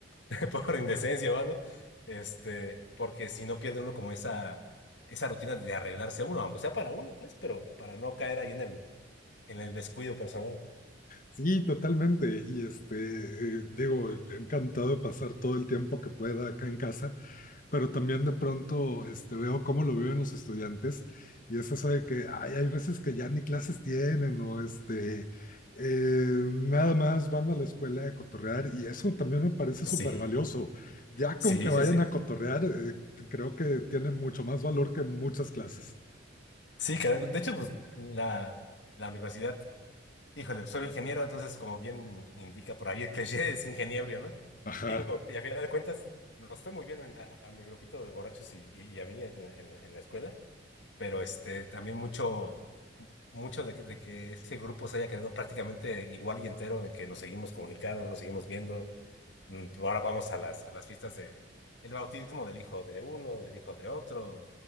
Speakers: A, on the left; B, on the left.
A: <laughs> por indecencia o algo. Este, porque si no pierde uno como esa, esa rutina de arreglarse uno, aunque sea para uno, pues, pero para no caer ahí en el, en el descuido personal.
B: Sí, totalmente. Y este, eh, digo, encantado de pasar todo el tiempo que pueda acá en casa, pero también de pronto este, veo cómo lo viven los estudiantes y es eso de que ay, hay veces que ya ni clases tienen o este, eh, nada más van a la escuela a cotorrear y eso también me parece
A: Sí,
B: súper valioso. Ya
A: sí,
B: con que vayan
A: sí, sí.
B: a cotorrear, eh, creo que tiene mucho más valor que muchas clases.
A: Sí, caray, de hecho, pues la, la universidad Híjole, soy ingeniero, entonces como bien indica por ahí el cliché, es ingeniero, ¿no?
B: Ajá.
A: Digo, y a final de cuentas nos fue muy bien en- a, a mi grupito de borrachos y, y- y a mí en, la en- en la escuela, pero este también mucho, mucho de que, de que ese grupo se haya quedado prácticamente igual y entero, en que nos seguimos comunicando, nos seguimos viendo. Mm, Ahora vamos a las, a las fiestas de el bautismo del hijo de uno, del hijo de otro.